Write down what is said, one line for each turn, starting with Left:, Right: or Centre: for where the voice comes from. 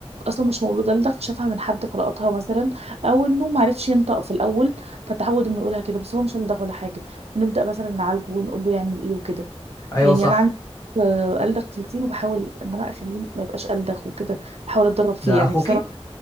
Right: اصلا مش مولود الدغ شافها من حد فلقطها مثلا او انه ما عرفش ينطق في الاول فتعود انه يقولها كده بس هو مش الدغ ولا حاجه فنبدا مثلا نعالجه ونقول له يعمل ايه وكده
Left: ايوه
Right: يعني
Left: صح
Right: انا عندي آه، ألدغ تلتين وبحاول ان انا اخليه ما يبقاش ألدغ وكده بحاول اتدرب فيه
Left: ده
Right: يعني
Left: اخوكي
Right: بصراحة